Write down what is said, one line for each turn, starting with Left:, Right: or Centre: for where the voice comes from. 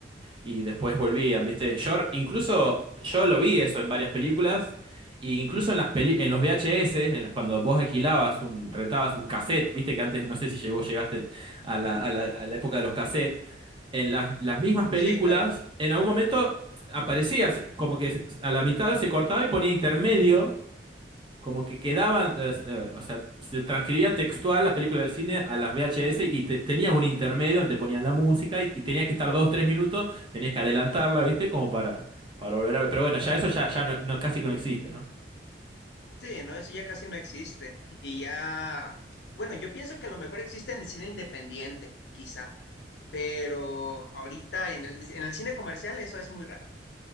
Right: y después volvían, ¿viste? Yo incluso yo lo vi eso en varias películas e incluso en las peli- en los VHS, en la- cuando vos alquilabas un rentabas un cassette, ¿viste? Que antes no sé si llegó llegaste a la, a la, a la época de los cassettes. En las, las mismas películas,
Left: Sí, claro.
Right: en algún momento aparecías como que a la mitad se cortaba y ponía intermedio como que quedaban, eh, eh, o sea, se transcribía textual la película del cine a las VHS y te, tenías un intermedio donde te ponían la música y, y tenías que estar dos, tres minutos, tenías que adelantarla, ¿viste? Como para, para volver a ver. Pero bueno, ya eso ya, ya no, no- casi que no existe, ¿no?
Left: Sí, no, eso ya casi no existe. Y ya, bueno, yo pienso que a lo mejor existe en el cine independiente, quizá, pero ahorita en el, en el cine comercial eso es muy raro.